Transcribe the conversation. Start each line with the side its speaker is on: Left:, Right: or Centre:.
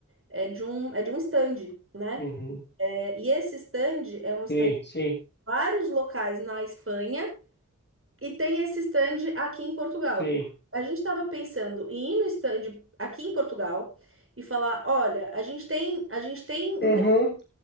Right: é de um, é de um stand, né?
Left: Uhum.
Right: É, E esse stand é um stand
Left: Sim,
Right: de
Left: sim,
Right: vários locais na Espanha e tem esse stand aqui em Portugal.
Left: sim.
Right: A gente estava pensando em ir no stand aqui em Portugal e falar, olha, a gente tem, a gente tem
Left: Uhum.
Right: inte-